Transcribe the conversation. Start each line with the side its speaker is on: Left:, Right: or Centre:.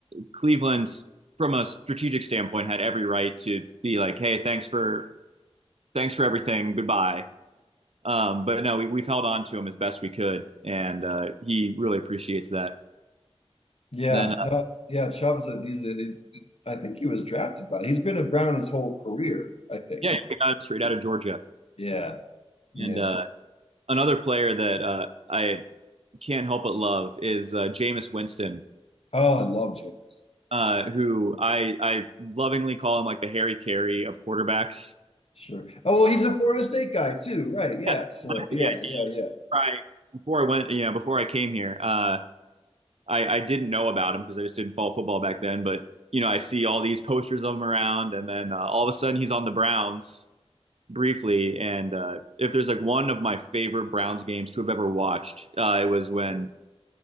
Right: Cleveland, from a strategic standpoint, had every right to be like, "Hey, thanks for." Thanks for everything. Goodbye. Um, but no, we, we've held on to him as best we could, and uh, he really appreciates that.
Left: Yeah,
Right: Then, uh,
Left: no, yeah, Chubb's a, he's a, he's I think he was drafted by he's been a Brown his whole career, I think.
Right: yeah, we got him straight out of Georgia.
Left: Yeah, yeah,
Right: And uh,
Left: yeah.
Right: another player that uh, I can't help but love is uh, Jameis Winston,
Left: Oh, I love Jameis.
Right: uh, who I I lovingly call him like the Harry Carey of quarterbacks.
Left: Sure. Oh, well, he's a Florida State guy too, right? Yeah.
Right: Yes,
Left: So
Right: exactly.
Left: yeah,
Right: yeah.
Left: yeah, yeah.
Right: I, before I went, yeah, before I came here, uh, I I didn't know about him because I just didn't follow football back then. But you know, I see all these posters of him around, and then uh, all of a sudden he's on the Browns briefly, and uh, if there's like one of my favorite Browns games to have ever watched, uh, it was when